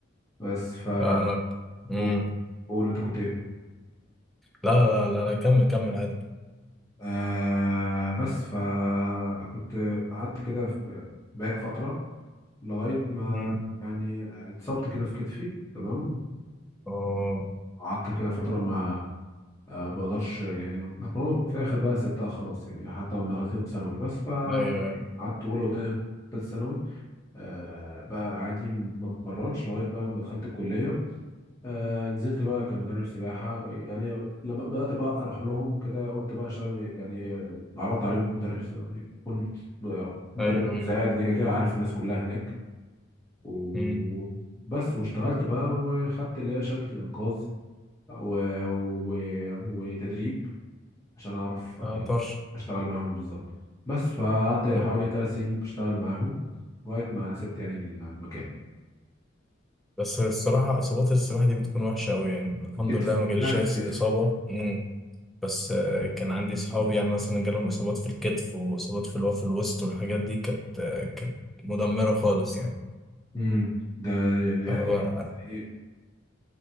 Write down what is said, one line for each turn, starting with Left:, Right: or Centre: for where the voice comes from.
Left: بس ف
Centre: لا انا امم
Left: قول قول انت كنت ايه
Centre: لا لا لا لا كمل كمل عادي
Left: آه بس فكنت قعدت كده في باك فترة لغاية ما
Centre: امم
Left: يعني اتصبت كده في كتفي تمام
Centre: اه
Left: وقعدت كده فترة ما آه، بقدرش يعني أتمنى في الآخر بقى سبتها خلاص يعني حتى لما دخلت ثانوي بس فقعدت
Centre: ايوه ايوه
Left: قعدت أولى وتانية وتالتة ثانوي آه بقى عادي ما بتمرنش لغاية بقى ما دخلت الكلية آه نزلت بقى كمدرب سباحة يعني لما بدأت بقى أروح لهم كده قلت بقى أشتغل يعني آه، عرضت عليهم مدرب س- يعني أكون مدرب
Centre: ايوه ايوه
Left: مساعد لكن كده عارف الناس كلها هناك و
Centre: امم
Left: بس واشتغلت بقى وخدت اللي هي شهادة الإنقاذ و... و... وتدريب عشان اعرف آه،
Centre: اه
Left: يعني
Centre: طرش
Left: اشتغل معاهم بالظبط بس فقعدت
Centre: اه
Left: حوالي ثلاث سنين بشتغل معاهم لغايه ما سبت يعني المكان
Centre: بس الصراحه اصابات السباحه دي بتكون وحشه قوي يعني الحمد
Left: كتف
Centre: لله
Left: كلها
Centre: ما جاليش
Left: في
Centre: أي
Left: كتف
Centre: اصابه امم بس آه، كان عندي صحابي يعني مثلا جالهم اصابات في الكتف واصابات في اللي هو في الوسط والحاجات دي كانت آه، كانت مدمره خالص يعني
Left: امم ده يعني
Centre: هو
Left: إيه؟